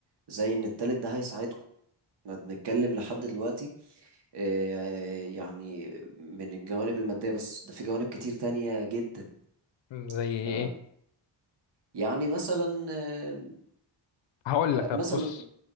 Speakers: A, on the right; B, on the left.
A: زي إن التالت ده هيساعدكم احنا بنتكلم لحد دلوقتي آه، يعني من الجوانب المادية بس ده في جوانب كتير تانية جدا
B: زي
A: ف
B: ايه
A: يعني مثلا آه،
B: هقول لك طب
A: مثلا
B: بص